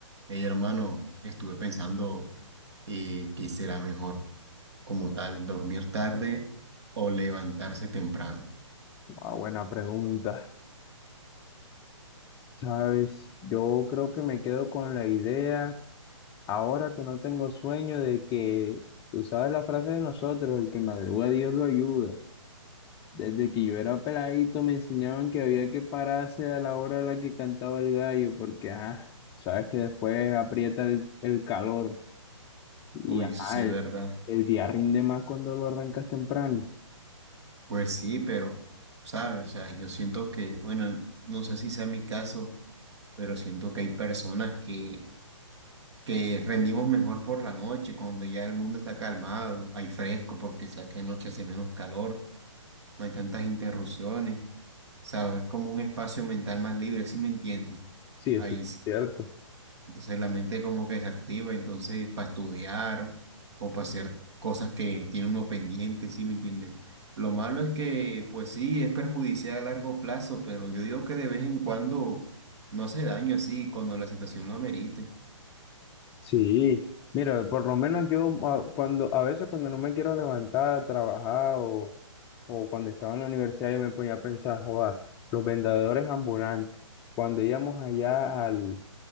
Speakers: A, on the right (about 60°); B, on the left (about 15°).
A: Hey, hermano, estuve pensando eh, qué será mejor, como tal, dormir tarde o levantarse temprano.
B: Ah, buena pregunta. Sabes, yo creo que me quedo con la idea, ahora que no tengo sueño, de que, tú sabes la frase de nosotros, el que madruga Dios lo ayuda. Desde que yo era peladito me enseñaban que había que pararse a la hora a la que cantaba el gallo, porque, ajá, sabes que después aprieta el, el calor y,
A: Uy,
B: ajá,
A: eso sí es
B: el,
A: verdad.
B: el día rinde más cuando lo arrancas temprano.
A: Pues sí, pero, ¿sabes? O sea, yo siento que, bueno, no sé si sea mi caso, pero siento que hay personas que, que rendimos mejor por la noche, cuando ya el mundo está calmado, hay fresco, porque sabes que de noche hace menos calor, no hay tantas interrupciones, ¿sabes? Es Como un espacio mental más libre, ¿sí me entiendes?
B: Sí,
A: Ahí,
B: eso es
A: sí.
B: cierto.
A: Entonces la mente como que desactiva, entonces para estudiar o para hacer cosas que tiene uno pendiente, ¿sí me entiende? Lo malo es que, pues sí, es perjudicial a largo plazo, pero yo digo que de vez en cuando no hace daño así, cuando la situación lo amerite.
B: Sí, mira, por lo menos yo a- cuando a veces cuando no me quiero levantar a trabajar o, o cuando estaba en la universidad yo me ponía a pensar, joder, los vendedores ambulantes, cuando íbamos allá al,